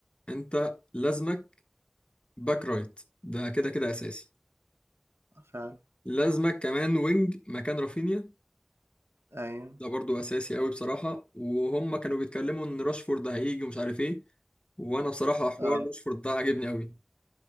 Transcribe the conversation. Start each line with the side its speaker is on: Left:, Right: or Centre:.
Left: انت لازمك باك رايت ده كده كده اساسي
Right: فعلا
Left: لازمك كمان وينج مكان رافينيا
Right: ايوه
Left: ده برضو اساسي قوي بصراحه وهم كانوا بيتكلموا ان راشفورد هيجي ومش عارف ايه وانا بصراحه حوار
Right: اه
Left: راشفورد ده عاجبني قوي